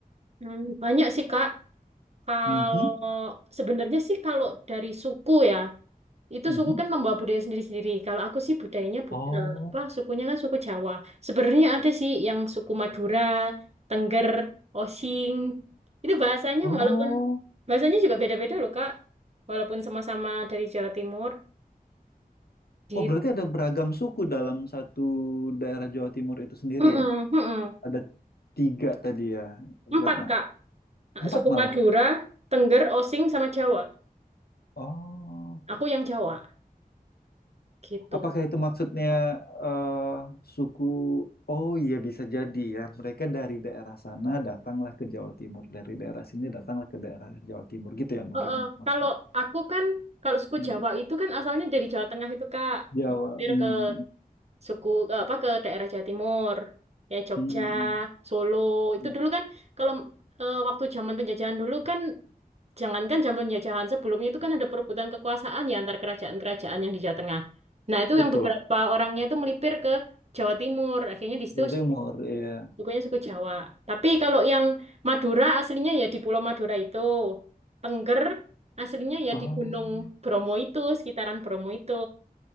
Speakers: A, on the right (about 45°); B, on the left (about 85°).
A: Hmm, banyak sih Kak. Kalau
B: Mhm,
A: sebenarnya sih kalau dari suku ya, itu
B: mhm.
A: suku kan membawa budaya sendiri-sendiri. Kalau aku sih budayanya bud
B: Oh,
A: eh, apa sukunya kan suku Jawa. Sebenarnya ada sih yang suku Madura, Tengger, Osing. Itu bahasanya
B: oh,
A: walaupun bahasanya juga beda-beda loh Kak. Walaupun sama-sama dari Jawa Timur. Gitu.
B: oh berarti ada beragam suku dalam satu daerah Jawa Timur itu sendiri
A: Mm-mm,
B: ya?
A: mm-mm.
B: Ada tiga tadi ya,
A: Empat
B: Retno.
A: Kak. Nah,
B: Empat
A: suku
B: malah.
A: Madura, Tengger, Osing, sama Jawa.
B: Oh,
A: Aku yang Jawa, gitu.
B: apakah itu maksudnya eh, suku? Oh iya bisa jadi ya. Mereka dari daerah sana datanglah ke Jawa Timur, dari daerah sini datanglah ke daerah Jawa Timur gitu ya mungkin
A: Eh, eh,
B: mak- maksudnya.
A: kalau aku kan, kalau suku
B: Mm,
A: Jawa itu kan asalnya dari Jawa Tengah itu, Kak.
B: Jawa.
A: Mampir
B: mm,
A: ke suku, ke apa, ke daerah Jawa Timur. Ya, Jogja,
B: mm, mm,
A: Solo. Itu
B: mm. mm.
A: dulu kan, kalau eh, waktu zaman penjajahan dulu kan, jangankan zaman penjajahan sebelumnya itu kan ada perebutan kekuasaan ya antar kerajaan-kerajaan yang di Jawa Tengah. Nah, itu
B: Betul.
A: yang beberapa orangnya itu melipir ke Jawa Timur. Akhirnya di situ
B: Jawa Timur ya.
A: Sukunya suku Jawa. Tapi kalau yang Madura aslinya ya di Pulau Madura itu. Tengger aslinya ya
B: Oh,
A: di Gunung Bromo itu, sekitaran Bromo itu.